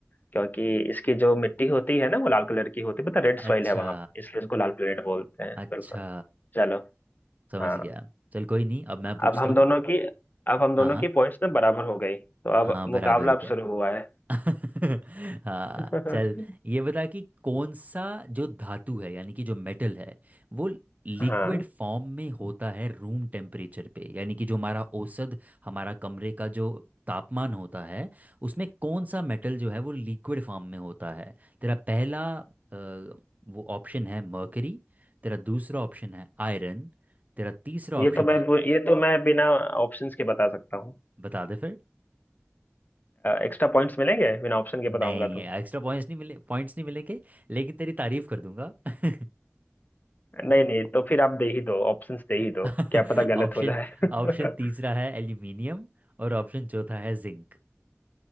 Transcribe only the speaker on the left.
क्योंकि इसकी जो मिट्टी होती है ना वो लाल कलर की होती है पता रेड
सॉइल है वहां इसलिए इसको लाल प्लेनेट बोलते हैं
बिल्कुल चलो
हाँ
अब हम
दोनों की अब हम दोनों
की पॉइंट्स ना बराबर हो गई तो अब
मुकाबला
अब
शुरू हुआ है
<laughs>
हाँ
ये
तो मैं
ये तो मैं बिना ऑप्शंस के बता सकता हूँ
एक्स्ट्रा पॉइंट्स मिलेंगे बिना ऑप्शन के बताऊंगा
तो
नहीं नहीं तो फिर आप दे ही दो ऑप्शंस दे ही दो
क्या पता गलत
हो जाए <laughs>